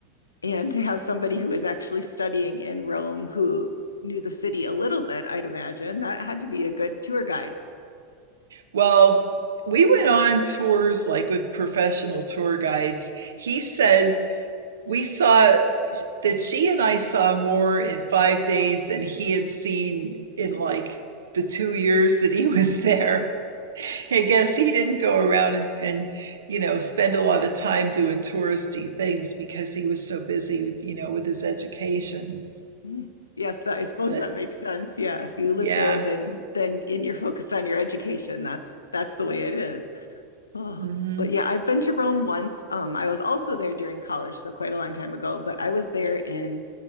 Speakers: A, on the left; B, on the right.
A: And to have somebody who is actually studying in Rome who knew the city a little bit, I'd imagine that had to be a good tour guide.
B: Well. We went on tours like with professional tour guides. He said we saw that she and I saw more in five days than he had seen in like the two years that he <laughs> was there. I guess he didn't go around and, and, you know, spend a lot of time doing touristy things because he was so busy, you know, with his education.
A: Mm. Yes, that, I suppose
B: But
A: that makes sense. Yeah, if you live
B: yeah.
A: there, then then and you're focused on your education, that's that's the way it is. Oh,
B: hmm
A: but yeah, I've been to Rome once. Um, I was also there during college, so quite a long time ago, but I was there in